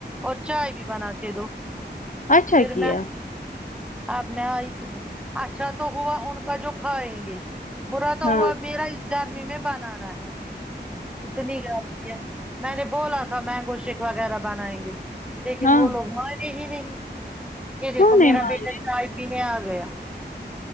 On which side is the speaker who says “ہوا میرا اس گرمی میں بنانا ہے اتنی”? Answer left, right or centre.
Centre